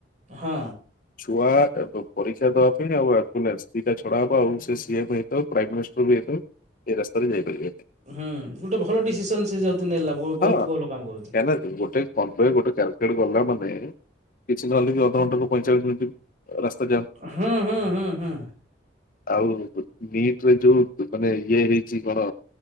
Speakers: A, on the right; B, on the left.
A: ହଁ।
B: ଛୁଆ ପରୀକ୍ଷା ଦବା ପାଇଁ। ଆଉ ଅକୁନେସ୍ ଦିଟା ଛଡା ହବ ଆଉ ସେ ସିଏମ୍ ହେଇଥାଉ ପ୍ରାଇମ ମିନିଷ୍ଟର ବି ହେଇଥାଉ ଏ ରାସ୍ତାରେ ଯାଇପାରିବେନି।
A: ହୁଁ ଗୁଟେ ଭଲ ଡିସିସନ ସେ ଯେହେତୁ ନେଲା ବହୁତ
B: ହଁ
A: ଭଲ କାମ କରୁଚୂନ୍ତି।
B: କାହିଁକିନା ଗୋଟେ <unintelligible> ଗୋଟେ <unintelligible> ଗଲା ମାନେ କିଛି ନହଲେ କି ଅଧଘଣ୍ଟାୁ ପଇଁଚାଳିଶ ମିନିଟ୍ ରାସ୍ତା ଯାମ।
A: ହଁ, ହଁ, ହଁ, ହଁ।
B: ଆଉ ନିଟରେ ଯୋଉ ମାନେ ଇଏ ହେଇଛି କଣ,